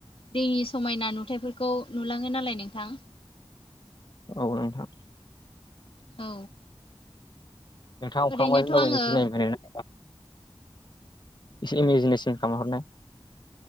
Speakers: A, on the left (about 65°); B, on the left (about 45°).
A: दैनि समायना नुथायाइफोरखौ नुलाङो नालाय नोंथां।
B: औ नोंथां।
A: औ।
B: नोंथाङा
A: ओरैनोथ'
B: अखांमाजों दावबायवनो
A: आङो
B: गिनाय मोनो ना? एसे इमेजिनेसन खालाम हरनाय।